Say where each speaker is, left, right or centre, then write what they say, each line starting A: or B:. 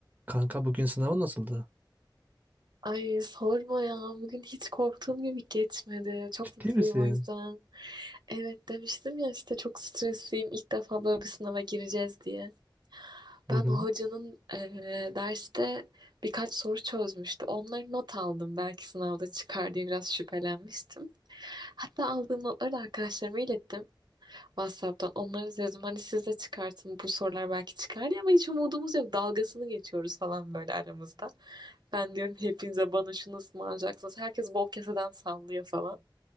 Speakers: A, on the right; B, on the right.
A: Kanka bugün sınavın nasıldı?
B: Ay sorma ya. Bugün hiç korktuğum gibi geçmedi. Çok
A: Ciddi
B: mutluyum
A: misin?
B: o yüzden. Evet demiştim ya işte çok stresliyim. İlk defa böyle bir sınava gireceğiz diye.
A: Hı
B: Ben
A: hı.
B: o hocanın eee, derste birkaç soru çözmüştü. Onları not aldım. Belki sınavda çıkar diye biraz şüphelenmiştim. Hatta aldığım notları da arkadaşlarıma ilettim. WhatsApp'tan onları dedim hani siz de çıkartın bu sorular belki çıkar diye ama hiç umudumuz yok dalgasını geçiyoruz falan böyle aramızda. Ben diyorum hepinize bana şunu ısmarlayacaksınız. Herkes bol keseden sallıyor falan.